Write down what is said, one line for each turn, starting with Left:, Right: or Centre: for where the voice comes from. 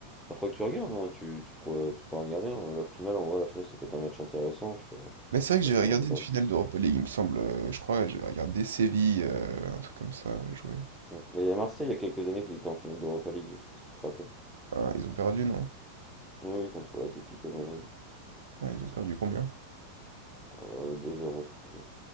Centre: Bah, faudrait que tu regardes, hein, Tu, tu pourrais, tu pourras regarder. hein, La finale, en vrai, la finale, ça peut être un match intéressant. Je sais pas,
Right: Mais c'est
Centre: je
Right: vrai
Centre: sais
Right: que
Centre: pas
Right: j'avais
Centre: si tu
Right: regardé
Centre: envie
Right: une
Centre: d'en-
Right: finale d'Europa League, il me semble. euh, je crois que j'avais regardé Séville, euh, un truc comme ça, euh, jouer.
Centre: Mm. Mais il y a Marseille, il y a quelques années, qu'il était en finale d'Europa League. Je sais pas si tu te rappelles.
Right: Ah, ils ont perdu, non?
Centre: Oui, oui, contre l'Atlético Madrid.
Right: Ah, ils ont perdu combien?
Centre: Euh, 2-0, je crois bien.